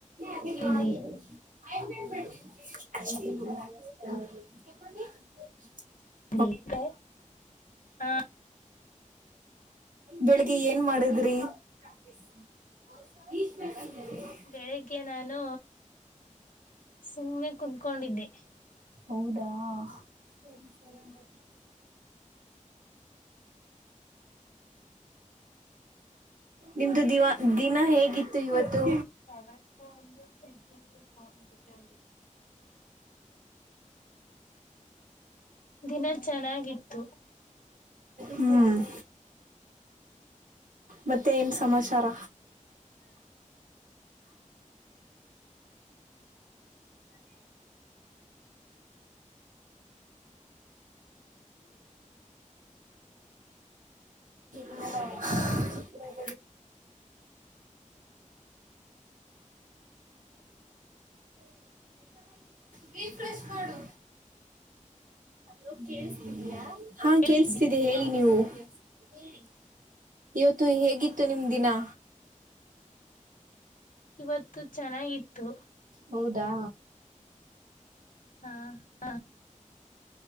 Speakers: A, on the right (about 80°); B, on the left (about 85°).
A: <unintelligible>
B: ತಿಂದ್ರಿ
A: <unintelligible>
B: ಹೀ ಹ <unintelligible>
A: ಬೆಳಿಗ್ಗೆ ಏನ್ ಮಾಡಿದ್ರಿ? <inaudible> <inaudible>
B: ಬೆಳಿಗ್ಗೆ ನಾನು ಸುಮ್ಮನೆ ಕುತ್ಕೊಂಡಿದ್ದೆ.
A: ಹೌದಾ. <inaudible> ನಿಮ್ದು ದಿವಾ ದಿನ ಹೇಗಿತ್ತು ಇವತ್ತು.
B: <inaudible> ದಿನ ಚೆನ್ನಾಗಿತ್ತು
A: <inaudible> ಹ್ಮ್. ಮತ್ತೆ ಏನ್ ಸಮಾಚಾರ. <inaudible> <inaudible> ರಿಫ್ರೆಶ್ ಮಾಡು. ಹಲೋ ಕೇಳ್ಸ್ತೀದೆಯಾ ಹಾ
B: ಕೇಳಿಸ್ದಿ
A: ಕೇಳಿಸತಿದೆ ಹೇಳಿ ನೀವು ಹೇಳಿ. ಇವತ್ತು ಹೇಗಿತ್ತು ನಿಮ ದಿನಾ.
B: ಇವತ್ತು ಚೆನ್ನಾಗಿತ್ತು.
A: ಹೌದಾ.
B: ಹಾ ಹಾ.